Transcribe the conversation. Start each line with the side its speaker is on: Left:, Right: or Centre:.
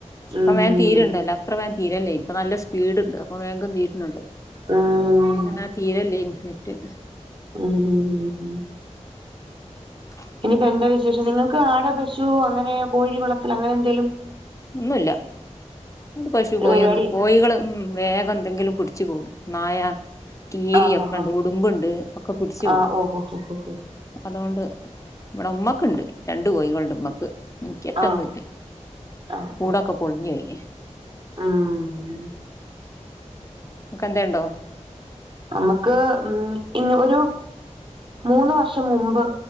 Left: ഇപ്പം
Right: ഉം
Left: വേൻ തീര്ണ്ടല്ലോ അത്ര വേൻ തീരല്ലേനി ഇപ്പൊ നല്ല സ്പീഡ്ണ്ട് അപ്പൊ വേഗം തീർനുണ്ട്
Right: ഉം
Left: ഇപ്പ അങ്ങനെ തീരല്ലേനി നെറ്റ്
Right: ഉം ഉം ഉം ഉം
Left: <unintelligible>
Right: ഇനിപ്പ എന്താ വിശേഷം നിങ്ങൾക്ക് ആട്, പശു അങ്ങനെ കോഴി വളർത്തൽ അങ്ങനെ എന്തെലും?
Left: ഒന്നും ഇല്ല ആട്, പശു,
Right: ഒരു
Left: കോയൊന്നും
Right: പരിപാടി
Left: കോയികളോ വേഗം എന്തെങ്കിലും പിടിച്ചു പോകും നായ കീരി
Right: ആഹ്
Left: ഒക്കെണ്ട്
Right: ആഹ്
Left: ഉടുമ്പ്ണ്ട് ഒക്കെ പിടിച്ചു പോവും
Right: ആഹ് ഓഹോ ഹോ ഹോ ഹോ
Left: അതുകൊണ്ട് ഇവടെ ഉമ്മക്ക്ണ്ട് രണ്ട് കോയികള്ണ്ട് ഉമ്മക്ക് ഇൻക്ക് ഒറ്റന്നുല്ല.
Right: ആഹ് ആഹ്
Left: കൂടൊക്കെ പൊളിഞ്ഞു പോയി
Right: ആഹ്
Left: ഇങ്ങക്ക് എന്തേ ഉണ്ടോ
Right: അമ്മക്ക് ഉം ഇന്ന് ഒരു മൂന്ന് വർഷം മുമ്പ്